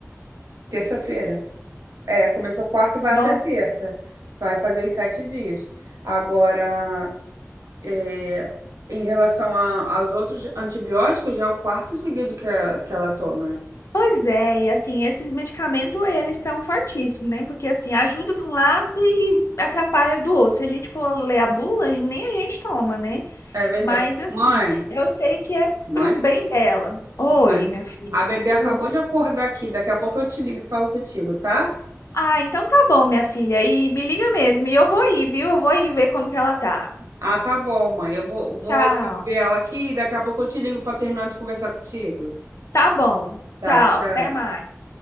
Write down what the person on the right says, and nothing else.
terça-feira. É, começou quarta e vai
até terça. Vai fazer os sete dias. Agora, é, em relação a- aos outros antibióticos, já é o quarto seguido que, a- que ela toma, né?
É verdade.
Mãe,
mãe,
mãe.
A bebê acabou
de acordar aqui. Daqui a pouco eu te ligo e falo contigo, tá?
Ah, tá bom, mãe. Eu vou, vou
aqui ver ela aqui e daqui a pouco eu te ligo para terminar de conversar contigo.
Tá,
tchau.